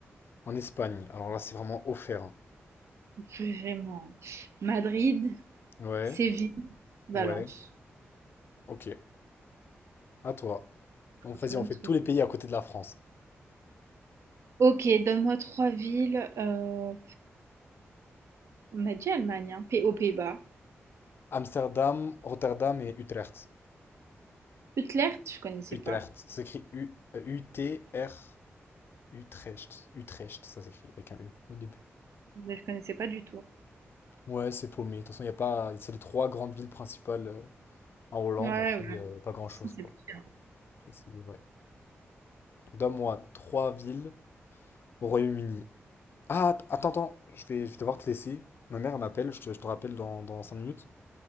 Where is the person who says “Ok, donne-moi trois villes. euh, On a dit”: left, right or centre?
Right